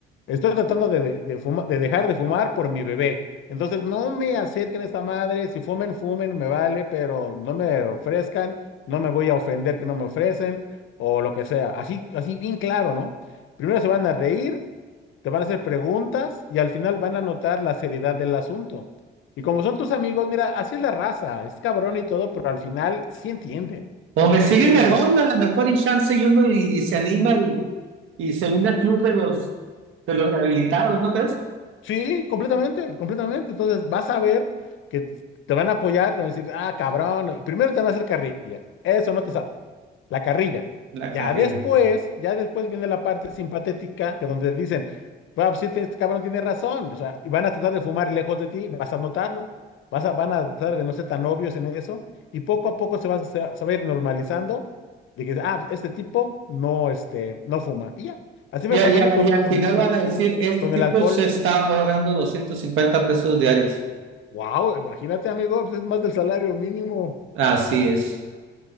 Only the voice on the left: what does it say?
estoy tratando de, de, de fuma- de dejar de fumar por mi bebé. Entonces no me acerquen a esta madre, si fumen, fumen, me vale, pero no me ofrezcan, no me voy a ofender que no me ofrecen o lo que sea. Así, así bien claro, ¿no? Primero se van a reír te van a hacer preguntas y al final van a notar la seriedad del asunto. Y como son tus amigos, mira, así es la raza, es cabrón y todo, pero al final sí entienden,
sí
entienden.
Entonces,
sí, completamente, completamente. Entonces vas a ver que te van a apoyar, te van a decir, ah, cabrón, y primero te van a hacer carrilla, eso no te sale. la carrilla.
Ya
después, ya después viene la parte simpatética, que donde dicen, bueno, pues sí, este este cabrón tiene razón, o sea, y van a tratar de fumar lejos de ti, vas a notarlo, vas a, van a tratar de no ser tan obvios en eso, y poco a poco se va, a- se va- se va a ir normalizando, de que, ah, pues, este tipo no, este, no fuma, y ya. Así me
pasó a
mí con,
con
el, con,
con
el alcohol.
Wow, imagínate, amigo, pues es más del salario mínimo.